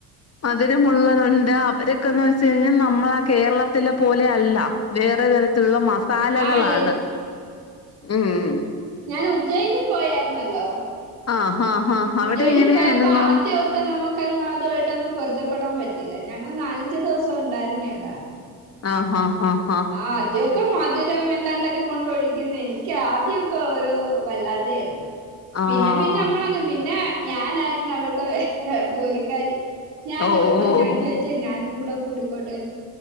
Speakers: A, on the left; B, on the right.
A: മതുരമുള്ളതുണ്ട് അവരൊക്കന്നെച്ച് കഴിഞ്ഞാൽ നമ്മളകേരളത്തിലെ പോലെയല്ല വേറെ തര തുള്ള മസാലകളാണ്
B: ആഹ്
A: ഉംഹ്
B: ഞാന് ഉജ്ജയിനി പോയായിരുന്നല്ലോ
A: ആഹ് ഹാ ഹാ
B: ഉജ്ജയിനി
A: അവിടെ എങ്ങനെയായിരുന്നു
B: പോയപ്പോ ആദ്യൊക്കെ നമ്മക്ക് ക്കങ്ങ് തായിട്ടൊന്നും പൊരുത്തപ്പെടാൻ പറ്റില്ല ഞങ്ങള് നാലഞ്ച് ദിവസംഉണ്ടായിരുന്നിയവിടെ
A: ആഹ് ആഹ് ആഹ്
B: ആദ്യം മധുരം എന്താണ്ടൊക്കെ കൊണ്ടോഴിക്കുന്നെനിയ്ക്കാദ്യോക്കെ ഒരു വല്ലാതെരുന്നു
A: ആഹ്
B: പിന്നെ പിന്നെ നമ്മളങ്ങ് പിന്നെ ഞാനായിരുന്നു അവിടത്തെ എഹെ ജോലിക്കാരി ഞാനവരുടെ
A: ഓ ഓ
B: ഞാൻ
A: ഓ
B: ചോയിച്ചേ ഞാനും കൂടെ കൂടിക്കോട്ടെ